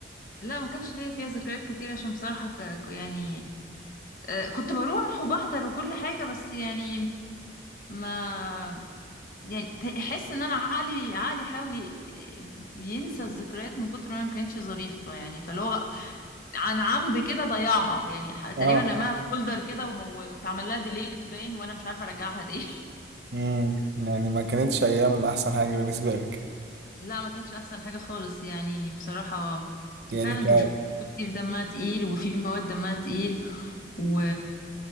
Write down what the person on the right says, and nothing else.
اه
امم يعني ما كانتش ايام احسن حاجة بالنسبة لك
يعني
ك